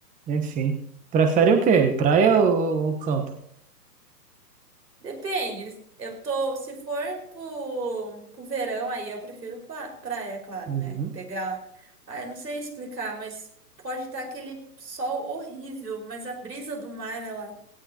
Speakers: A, on the right; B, on the right.
A: Enfim. Prefere o quê? Praia ou, ou campo?
B: Depende. Eu tô, se for pro, pro verão, aí eu prefiro pra- praia, claro,
A: Uhum.
B: né? Pegar. Ah, eu não sei explicar, mas pode estar aquele sol horrível, mas a brisa do mar, ela,